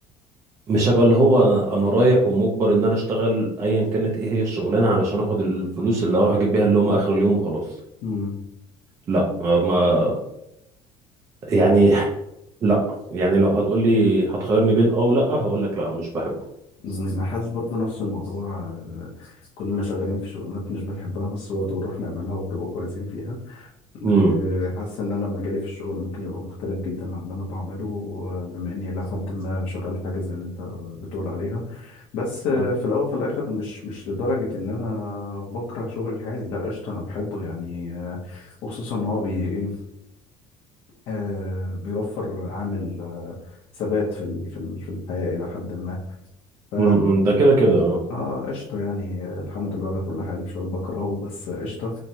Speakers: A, on the right; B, on the left.
A: مش هبقى اللي هو انا رايح ومجبر ان انا اشتغل ايا كانت ايه هي الشغلانه علشان اخد الفلوس اللي هروح اجيب بيها اللقمه اخر اليوم وخلاص
B: مم.
A: لا آه، ما يعني <laughs> لا يعني لو هتقولي هتخيرني بين اه ولا هقول لك لا مش بحبه
B: أنا حاسس برضه نفس الموضوع آه، كلنا شغالين في شغلانات مش بنحبها بس برضه بنروح نعملها وبنبقى كويسين فيها
A: امم
B: آه، حاسس إن أنا مجالي في الشغل ممكن يبقى مختلف جدا عن اللي أنا بعمله آه، بما إني إلى حد ما شغال حاجة زي اللي أنت بتقول عليها بس
A: أمم،
B: آه، في الأول وفي الآخر مش مش لدرجة إن أنا بكره شغلي الحالي لا قشطة أنا بحبه يعني آه، وخصوصا إن هو بي إيه، آه، بيوفر عامل آه، ثبات في ال- في ال- في الحياة إلى حد ما ف
A: أمم، امم، ده كده كده آه.
B: اه قشطة يعني آه، الحمد لله على كل حال مش هقول بكرهه بس قشطة